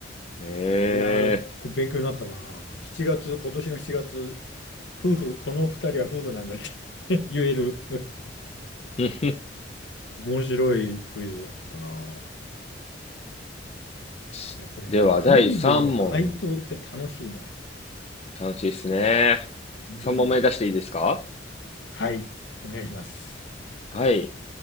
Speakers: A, on the left (about 35°); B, on the left (about 70°).
A: え
B: うん。いやー、これ勉強になったわな。7月、今年の7月、夫婦、この二人は夫婦なんだって <laughs> 言える。
A: ー。
B: 面白いクイズだったな。
A: <laughs>
B: いや、これ、
A: では、
B: クイズの回答って楽しいな。
A: 第3問。楽しいですね。
B: うん。
A: 3問目出していいですか
B: はい。お願いします。
A: はい。